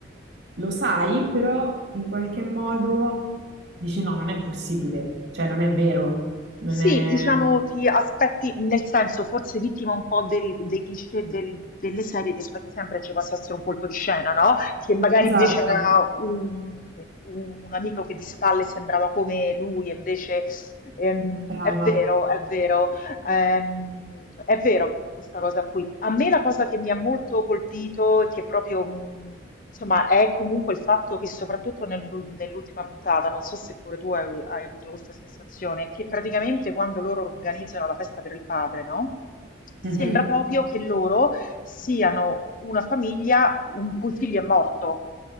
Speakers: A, on the right (about 85°); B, on the left (about 45°).
A: lo sai, però in qualche modo dici no, non è possibile, cioè non è vero, non
B: Sì,
A: è...
B: diciamo ti aspetti, nel senso forse vittima un po' del- dei cliché del- delle serie, ti aspetti sempre che ci possa essere un colpo di scena, no? Che magari
A: Esatto,
B: invece era un, un amico che di spalle sembrava come lui, e invece ehm,
A: brava.
B: è vero, è vero, ehm, è vero questa cosa qui. A me la cosa che mi ha molto colpito e che proprio mh, Insomma, è comunque il fatto che soprattutto nell'ul- nell'ultima puntata, non so se pure tu hai, hai avuto questa sensazione, che praticamente quando loro organizzano la festa per il padre, no? Sembra
A: Mhm.
B: proprio che loro siano una famiglia in cui il figlio è morto.